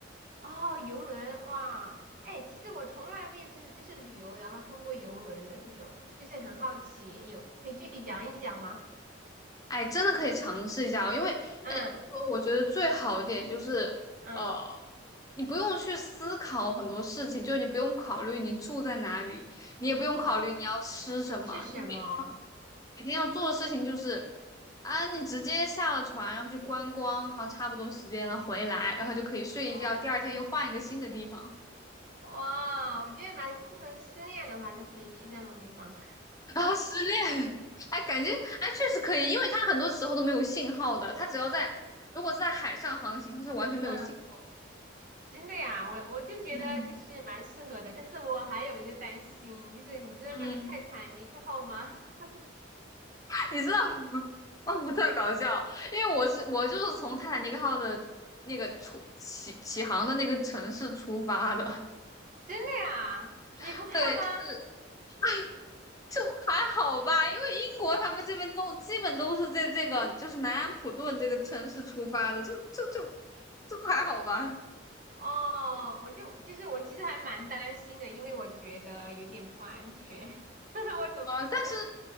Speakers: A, on the right (about 45°); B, on the left (about 20°).
A: 哦，游轮，哇，哎，其实我从来没有就是就是旅游，然后通过游轮的这种，就是很好奇，有可以具体讲一讲吗？
B: 哎，真的可以尝试一下哦。因为呃，
A: 嗯
B: 游轮我觉得最好一点就是，
A: 嗯，
B: 呃，你不用去思考很多事情，就你不用考虑你住在哪里，你也不用考虑你要吃什么，
A: 哦，是什么？
B: 你每每天要做的事情就是啊，你直接下了船，然后就观光，然后差不多时间了回来，然后就可以睡一觉，
A: 哦，
B: 第二天又换一个新的地方
A: 哇，我觉得蛮适合失恋的话，就可以去那种地方。
B: 啊，<laughs> 失恋，<laughs> 哎，感觉哎确实可以，因为它很多时候都没有信号的，它只要在如果是在海上航行，它是完全没有信号的。
A: <laughs> 嗯。真的呀，我我就觉得就是蛮适合的，
B: 嗯，
A: 但是我还有一个担心，就是你知道那个泰坦尼克号吗？
B: 嗯，
A: <laughs>
B: <laughs> 你知道吗？<laughs> 哦，特搞笑，因为我是我就是从泰坦尼克号的那个出起起航的那个城市出发的，
A: 真的呀，
B: <laughs>
A: 你不怕吗？
B: 对，就是 <laughs> 就还好吧，因为英国他们这边都基本都是在这个就是南安普顿这个城市出发的，就就就就还好吧。
A: 哦，我就就是我其实还蛮担心的，因为我觉得有点不安全，<laughs> 我总我总
B: 啊！但是